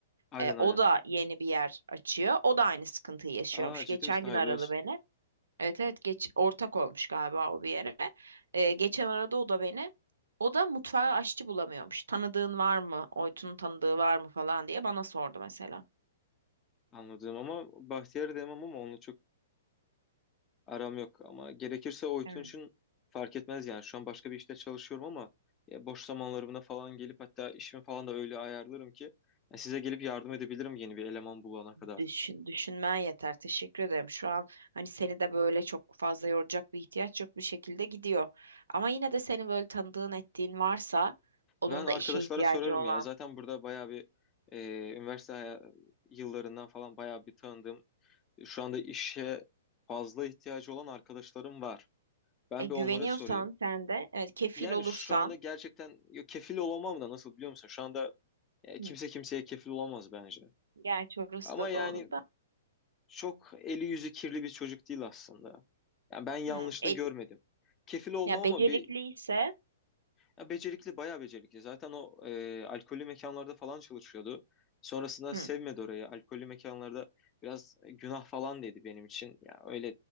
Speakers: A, on the left; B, on the right.
A: Aynen
B: Ee, o
A: aynen.
B: da yeni bir yer açıyor. O da aynı sıkıntıyı yaşıyormuş.
A: Aa ciddi
B: Geçen
A: misin?
B: gün
A: Hayırlı
B: aradı
A: olsun.
B: beni. Evet evet geç ortak olmuş galiba o bir yere. Ee, geçen arada o da beni. O da mutfağa aşçı bulamıyormuş. Tanıdığın var mı? Oytun'un tanıdığı var mı falan diye bana sordu mesela.
A: Anladım ama Bahtiyar'ı demem ama onu çok Aram yok ama gerekirse Oytun
B: Evet.
A: için fark etmez yani. Şu an başka bir işte çalışıyorum ama ya boş zamanlarımda falan gelip hatta işimi falan da öyle ayarlarım ki ya size gelip yardım edebilirim yeni bir eleman bulana kadar.
B: Düşün, düşünmen yeter. Teşekkür ederim. Şu an hani seni de böyle çok fazla yoracak bir ihtiyaç yok bir şekilde gidiyor. Ama yine de senin böyle tanıdığın ettiğin varsa onun
A: Ben arkadaşlara
B: da işe ihtiyacı
A: sorarım
B: olan.
A: ya. Zaten burada bayağı bir e, üniversite haya- yıllarından falan bayağı bir tanıdığım, şu anda işe fazla ihtiyacı olan arkadaşlarım var. Ben
B: E, güveniyorsan
A: bir onlara sorayım.
B: sen de evet kefil
A: Yani
B: olursan.
A: şu anda gerçekten ya kefil olamam da nasıl biliyor musun? Şu anda e,
B: Hı.
A: kimse kimseye kefil olamaz bence.
B: Gerçi orası
A: Ama
B: da
A: yani
B: doğru da.
A: Çok eli yüzü kirli bir çocuk değil aslında. Yani ben yanlışını
B: Hı, el-
A: görmedim. Kefil olmam
B: ya
A: ama
B: becerikliyse
A: bir ya becerikli bayağı becerikli. Zaten o e, alkollü mekanlarda falan çalışıyordu. Sonrasında
B: Hı.
A: sevmedi orayı. Alkollü mekanlarda biraz e, günah falan dedi benim için. Ya öyle